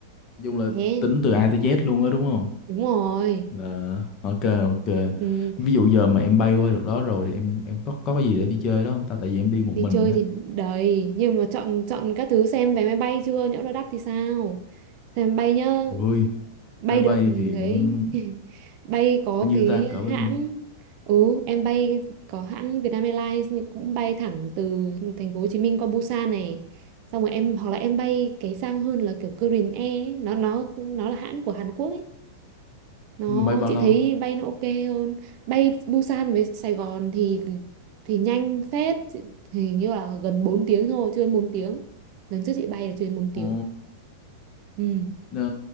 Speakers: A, on the left; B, on the right.
A: chung là
B: thế
A: tính từ A tới Z luôn á đúng không?
B: Đúng rồi.
A: Là ok ok.
B: Ừ,
A: Ví dụ giờ mà em bay qua được đó rồi thì em em có có cái gì để đi chơi đó không ta? Tại vì em đi
B: đi
A: một mình
B: chơi
A: á.
B: thì đầy nhưng mà chọn chọn các thứ xem vé máy bay chưa nhỡ nó đắt thì sao xem máy bay nhá
A: Ui,
B: bay
A: máy
B: được
A: bay thì
B: ấy
A: cũng
B: <laughs> bay có
A: bao nhiêu
B: cái
A: ta? Cỡ bao
B: hãng
A: nhiêu?
B: ừ em bay có hãng Vietnam Airlines nhưng cũng bay thẳng từ thành phố Hồ Chí Minh qua Busan này xong rồi em hoặc là em bay cái sang hơn là kiểu Korean Air ấy. nó nó nó là hãng của Hàn Quốc ấy nó
A: Nhưng mà bay bao
B: chị
A: lâu?
B: thấy bay nó ok hơn bay Busan với Sài Gòn thì thì nhanh phết Chị- hình như là gần 4 tiếng thôi chưa đến 4 tiếng lần trước chị bay là chưa đến 4 tiếng
A: Ồ,
B: ừ.
A: ờ,